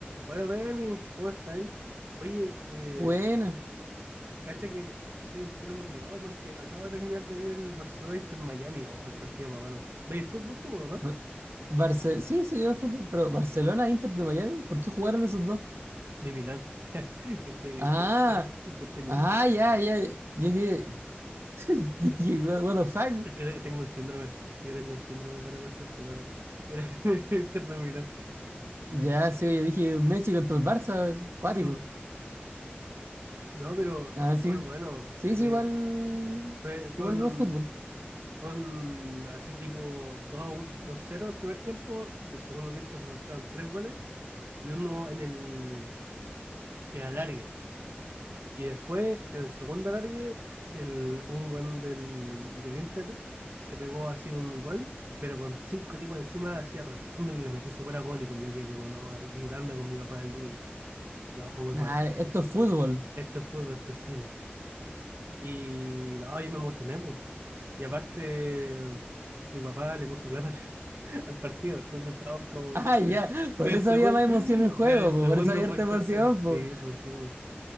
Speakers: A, on the right; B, on the right.
A: Hola Remy, ¿cómo estáis? Oye, eh,
B: Buena.
A: cacha que estoy entero motivado porque acabo de terminar de ver el Barcelona Inter Miami o el partido para bueno. ¿Veis fútbol tú o no?
B: Ba- Barce sí, sí veo fútbol, pero Barcelona, Inter de Miami, ¿por qué jugaron esos dos?
A: De Milán, <laughs> que estoy,
B: Ah,
A: te- te- que estoy lento.
B: ah, ya, ya. Yo que, <laughs> yo que, what what the fuck?
A: Es que tengo un síndrome, es que tengo un síndrome para la cuestión, pero era <laughs> el Inter de Milán.
B: Ya, sí, yo dije Messi contra el Barça, cuático.
A: Mm, No, pero
B: Ah, sí.
A: súper bueno.
B: Sí,
A: sí.
B: sí, igual,
A: Fue, fue
B: igual
A: un,
B: veo fútbol.
A: fue un así tipo dos, a uno, dos cero el primer tiempo y el segundo tiempo se marcaron tres goles. y uno en el, en el alargue. Y después, en el segundo alargue, el, un buen del, del Inter se pegó así un gol, pero con cinco tipos encima, así arrastrándole y le metí súper agónico. Yo que como, no, aquí gritando con mi papá en el living. No, fue muy
B: Nah,
A: bueno.
B: esto es fútbol.
A: Esto
B: <laughs>
A: es fútbol, esto es cine. Y no, yo me emocioné, pues. Y aparte, mi papá le puso plata al, <laughs> al partido, entonces estábamos como
B: Ah,
A: como con
B: ya,
A: el, con
B: por
A: el
B: eso
A: segun-
B: había más emoción en juego,
A: con el segundo
B: po, por eso había harta
A: factor
B: emoción,
A: de sí,
B: po.
A: pues sí, pues.